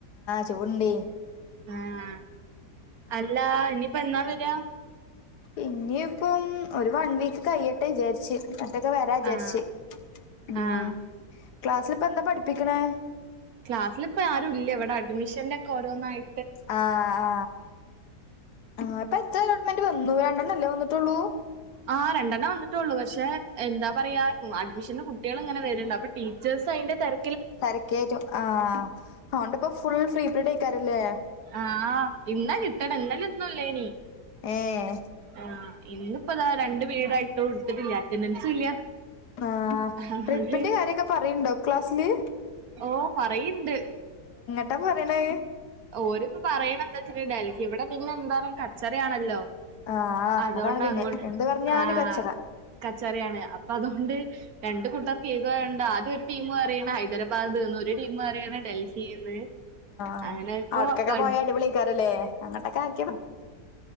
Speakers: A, on the left; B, on the right.
A: ചൂടുണ്ടെ
B: ആഹ് അല്ലാ ഇനീപ്പ എന്നാ വര്യാ?
A: ഇനീപ്പം ഒരു വൺ വീക്ക് കഴിയട്ടെന്ന് വിചാരിച്ച് എട്ടൊക്കെ വരാ വിചാരിച്ച്.
B: ആഹ്
A: ഉം
B: ആഹ്
A: ക്ലാസ്സിലിപ്പ എന്താ പഠിപ്പിക്കണേ
B: ക്ലാസിൽ ഇപ്പ ആരൂല്ല ഇവിടെ മിഷന്റെക്കെ ഓരോന്നായി
A: ആ ആ ആ ഇപ്പൊ എത്ര അലോട്ട്മെന്റ് വന്നു രണ്ടെ അല്ലേ വന്നിട്ടുള്ളൂ?
B: ആ രണ്ടെണാവന്നിട്ടുള്ളൂ പക്ഷെ എന്താ പറയാ അഡ്മിഷന്റെ കുട്ടികൾ ഇങ്ങനെ വരുണ്ട് അപ്പൊ ടീച്ചേഴ്സ് അതിന്റെ തിര
A: തെരക്കേറ്റും ആ അവോണ്ടിപ്പോ ഫുൾ ഫ്രീ പീരീഡ് ഇരിക്കാരില്ലേ
B: ആ ഇന്നാ കിട്ടണം എന്നലെ ഒന്നുംല്ലേനി
A: ഏഹ്
B: ആ ഇന്നിപ്പോതാ രണ്ട് പിരീഡായിട്ടു ഇടുത്തിട്ടില്ല അറ്റൻഡൻസും ഇല്ല.
A: ആ
B: അതുകൊണ്ട്
A: ട്രിപ്പിന്റെ കാര്യൊക്കെ പറയ്ണ്ടോ ക്ലാസ്സില്?
B: ഓ പറയ്ണ്ട്.
A: എന്താ പറയ്ണെ?
B: ഓര്പ്പ പറയണേന്താ <unintelligible> ഇവിടെ പിന്നെ എന്തായാലും കച്ചറ ആണല്ലോ?
A: ആഹ്
B: അതുകൊണ്ട്
A: അതാണ് പിന്നെ
B: അങ്ങോട്ട്
A: എന്ത് പറഞ്ഞാല്
B: ആ
A: കച്ചറ
B: കച്ചറയാണ് അപ്പൊ അതുകൊണ്ട്. രണ്ട് കൂട്ടർക്ക് ഈഗോ ഉണ്ട് ആദ്യ ഒരു ടീമ് പറയണേ ഹൈദരാബാദ് ന്ന് ഒരു ടീമ് പറയ്ണ് ഡൽഹിന്ന്.
A: ആ
B: അങ്ങനെ ഇപ്പോ
A: അവിടക്കൊക്കെ
B: ബഡ്
A: പോയ അടിപൊളിയേക്കാറുല്ലേ അങ്ങോട്ടൊക്കെ ആക്കിയ